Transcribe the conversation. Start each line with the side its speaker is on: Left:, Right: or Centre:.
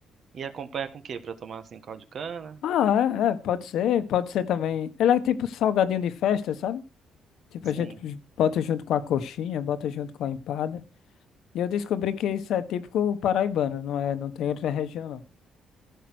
Right: E acompanha com o quê? Pra tomar assim, caldo de cana?
Left: Ah, é, é, pode ser, pode ser também. Ele é tipo salgadinho de festa, sabe? Tipo,
Right: Sim,
Left: a gente bota junto com a coxinha, bota junto com a empada. E eu descobri que isso é típico paraibano, não é? Não tem outra região, não.